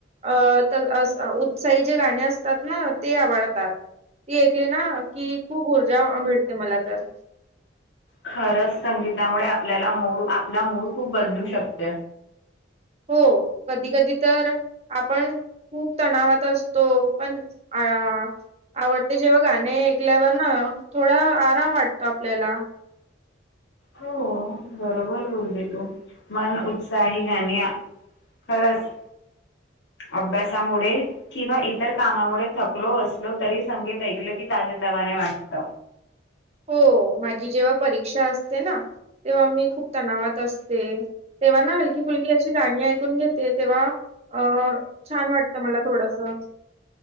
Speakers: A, on the right; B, on the left.
A: अ तर उत्साही जे गाणे असतात ना ते आवडतात ती ऐकली ना कि खुप ऊर्जा मिळते मला तर
B: खरंच संगीतामुळे आपल्याला मूड आपला मूड खूप बदलू शकते
A: हो, कधी कधी तर आपण खुप तणावात असतो, पण अ <unintelligible> आवडते जेव्हा गाणे ऐकल्यावर ना थोडा आराम वाटतो आपल्याला
B: हो बरोबर बोलते तू मन उत्साही गाणी खरचं, अभ्यासामुळे किंवा इतर कामामुळे थकलो असलो तरी संगीत ऐकलं की ताजे तवाने वाटत
A: हो माझी जेव्हा परीक्षा असते ना तेव्हा मी खुप तणावात असते तेव्हा ना हलकी फुलकी अशी गाणी ऐकून घेत ते तेव्हा अ छान वाटतं मला थोडसं